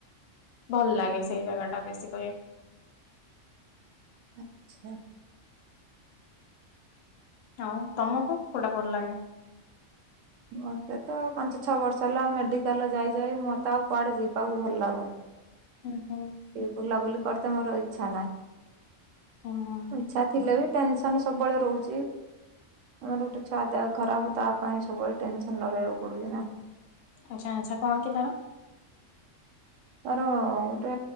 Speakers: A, on the left; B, on the right.
A: ଭଲ ଲାଗେ ସେଇ ଜାଗା ଟା ବେଶୀ କରି।
B: ଆଛା।
A: ଆଉ ତମକୁ କୋଉଟା ଭଲ ଲାଗେ?
B: ମୋତେ ତ ପାଞ୍ଚ ଛଅ ବର୍ଷ ହେଲା ମେଡ଼ିକାଲ ଯାଇଯାଇ ମୋତେ ଆଉ କୁଆଡ଼େ ଯିବାକୁ ଭଲ ଲାଗୁନି।
A: ହୁଁ ହୁଁ।
B: ସେ ବୁଲାବୁଲି କରିତେ ମୋର ଇଛା ନାହିଁ
A: ହୁଁ ହୁଁ
B: ଇଛା ଥିଲେ ବି ଟେନସନ୍ ସବୁବେଳେ ରୁହୁଚି। ଆମର ଗୋଟେ ଛଆ ଦେହ ଖରାପ ତା ପାଇଁ ସବୁବେଳେ ଟେନସନ୍ ନ ରହିବାକୁ ପଡୁଛି ନା।
A: ଆଛା ଆଛା କଣ କି ତାର?
B: ତାର ଗୋଟେ